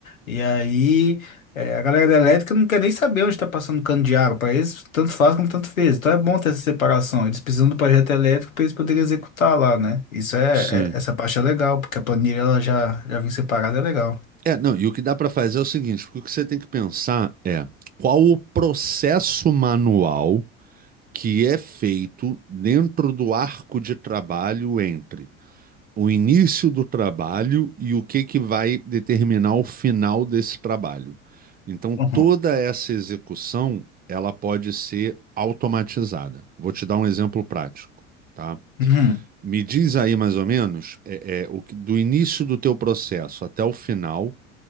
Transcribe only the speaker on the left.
E aí, é, a galera da elétrica não quer nem saber onde está passando cano de água, para eles tanto faz como tanto fez. Então é bom ter essa separação. Eles precisam do projeto elétrico para eles poderem executar lá, né? Isso é,
é- essa parte é legal, porque a planilha ela já, já vem separada, é legal.
Uhum.
Uhum.